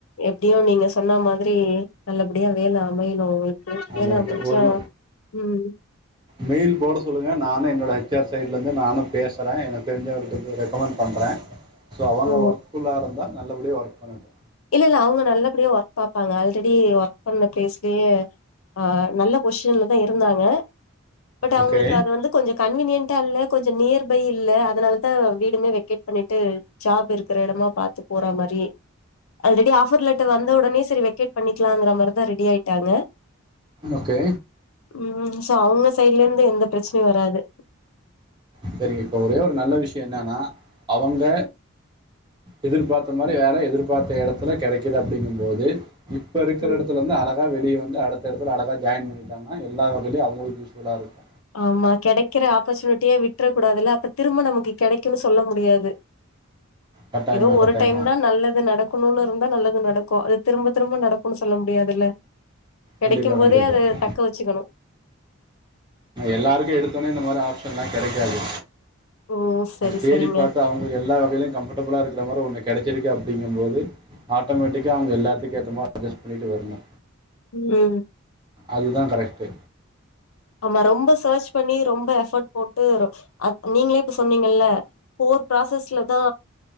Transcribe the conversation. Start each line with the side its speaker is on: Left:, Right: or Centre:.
Left: எப்படியு நீங்க சொன்ன மாதிரி நல்லபடியா வேல அமையணு அவுங்கள்
Right: ஆமாம்
Left: ஏனா முன்ஞ்ச்சா
Right: ஒரு
Left: ம்
Right: மெயில் போட சொல்லுங்க நானு என்னோட ஹெச் ஆர் சைட்லேருந்து நானு பேசுறே எனக்கு தெரிஞ்சவர்க்கு ரெக்கமண்ட் பண்றே சோ அவுங்க
Left: ஓ
Right: ஒர்க் ஃபுல்லா இருந்தா நல்லபடியா ஒர்க் பண்ணட்டு
Left: இல்ல இல்ல அவுங்க நல்லபடியா ஒர்க் பாப்பாங்க ஆல்ரெடி ஒர்க் பண்ண பிளேஸ்லயே ஆ நல்லப் பொசிஷன்ல தா இருந்தாங்க பட் அவுங்களுக்கு
Right: ஓகே
Left: அது வந்து கொஞ்சோ கன்வீனியன்ட்டா இல்ல கொஞ்சோ நியர் பை இல்ல அதனால தா வீடுமே வெக்கேட் பண்ணிட்டு ஜாப் இருக்கற எடமா பாத்து போறா மாரி அல்ரெடி ஆபர் லட்ட வந்த ஒடனே செரி வெகேட் பண்ணிக்கலாங்குற மாரி தா ரெடி ஆயிட்டாங்க
Right: ஓகே
Left: ம் சோ அவுங்க சைட்ல இருந்து எந்த பிரச்சனையு வராது
Right: செரிங்க இப்ப ஒரே ஒரு நல்ல விஷயோ என்னனா அவுங்க எதிர்பாத்த மாரி வேல எதிர்பாத்த எடத்துல கெடைக்குது அப்டிங்கும் போது இப்ப இருக்கற
Left: ம்
Right: எடத்துல இருந்து அர தா வெளிய வந்து அடுத்தடத்துல அழகா ஜாயின் பண்ணிட்டாங்கன்னா எல்லா வகைலயு அவுங்களுக்கு யூஸ்ஃபுல்லா இருக்கு
Left: ஆமா கெடைக்கிற ஆப்பர்ச்சுனிட்டிய விட்ற கூடாதுல்ல அப்ப திரும்ப நமக்கு கெடைக்குன்னு சொல்ல முடியாது
Right: கட்டாயமா
Left: ஏதோ ஒரு
Right: கட்டாயமா
Left: டைம் தா நல்லது நடக் குனுனு இருந்தா நல்லது நடக்கு அது திரும்ப திரும்ப நடக் குனு சொல்ல முடியாதுல்ல கெடைக்கும்
Right: கண்டிப்பாக
Left: போதே
Right: கண்டிப்பாக
Left: அத தக்க வச்சுக்கணு
Right: எல்லாருக்கு எடுத்தோனே இந்த மாரி ஆப்ஷன்ல்லா கெடைக்காது
Left: ம் சரி
Right: தேடி
Left: சரிங்க
Right: பாத்து அவ்ங் ஒரு எல்லா வகையிலு கம்ஃபர்டபுளா இருக்கற மாரிஒன்னு கிடச்சிருக்கு அப்டிங்கம்போது ஆட்டோமேட்டிக்கா அவுங்க எல்லாத்துக்கு ஏத்த மாரி அட்ஜஸ் பண்ணிட்டு வருணு
Left: ம்
Right: அதுதா கரெக்ட்டு
Left: ஆமா ரொம்ப செர்ச் பண்ணி ரொம்ப எஃபக்ட் போட்டு நீங்களே இப்ப சொன்னீங்கல்ல போர் ப்ராசஸ்ல தா